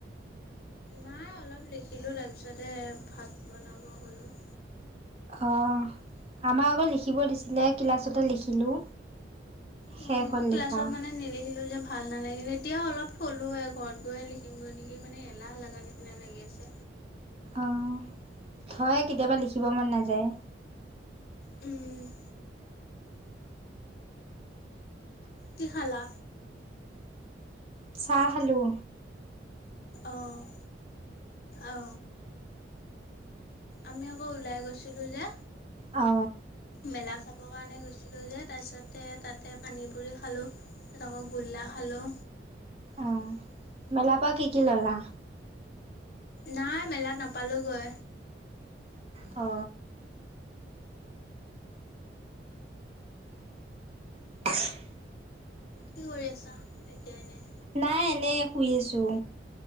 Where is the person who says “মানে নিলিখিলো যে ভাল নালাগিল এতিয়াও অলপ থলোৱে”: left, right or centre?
Left